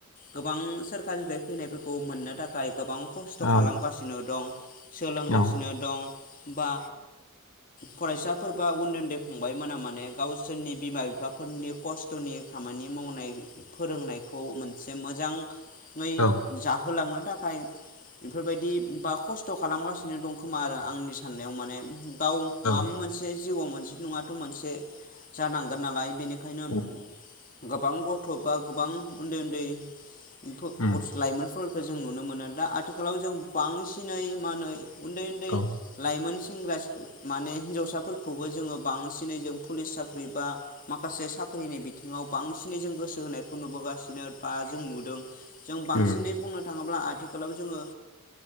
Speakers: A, on the left; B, on the left.
A: गोबां सोरखारनिफ्राय फैनायफोरखौ मोननो थाखाय गोबां खस्थ
B: औ
A: खालामगासिनो दं। सोलोंगासिनो
B: औ
A: दं बा फरायसाफोरबा उन्दै उन्दै फंबाय मोना माने गावसोरनि बिमा बिफाफोरनि खस्थनि खामानि मावनाय फोरोंनाय खौ मोनसे मोजां ङै
B: औ
A: जाहोलांनो थाखाय बेफोरबायदि बा खस्थ खालामगासिनो दं खोमा आरो आंनि साननायाव माने गाव
B: औ
A: माम मोनसे जिउआव मोनसे नङाथ मोनसे जानांगोन नालाय बेनि खायनो
B: औ
A: गोबां गथ बा गोबां उन्दै उन्दै ओमफो
B: उम
A: गथस लाइमोनफोर खो जों नुनो मोनो दा आथिखालाव जों बांसिनै मा होनो उन्दै उन्दै
B: औ
A: लाइमोन सेंग्रा सिखो माने हिनजावसाफोरखौबो जोङो बांसिनै जों पुलिस साख्रि बा माखासे साख्रिनि बिथिङाव बांसिनै जों गोसो होनायखौ नुबोगासिनो बा जों नुदों। जों बांसिनै
B: उम
A: बुंनो थाङोब्ला आ थिखालाव जोङो